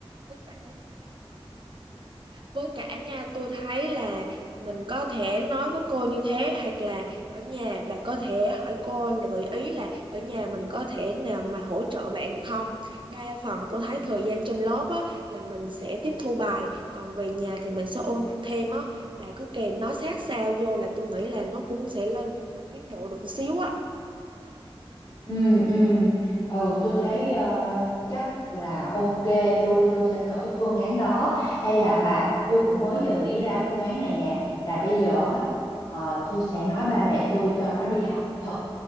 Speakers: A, on the right (about 55°); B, on the left (about 45°).
A: Với cả với cả nha tôi thấy là mình có thể nói với cô như thế hoặc là ở nhà bà có thể hỏi cô là gợi ý là ở nhà mình có thể nào mà hỗ trợ bạn được không đa phần tôi thấy thời gian trên lớp á là mình sẽ tiếp thu bài còn về nhà thì mình sẽ ôn việc thêm á bà cứ kèm nó sát sao vô là tôi nghĩ là nó cũng sẽ lên tiến bộ được một xíu á
B: ừ ừ ừ tôi thấy ờ, chắc là ok tôi tôi sẽ thử phương án đó hay là bà tôi cũng mới vừa nghĩ ra phương án này nè là bây giờ á, ờ, tôi sẽ nói ba mẹ tôi cho nó đi học thật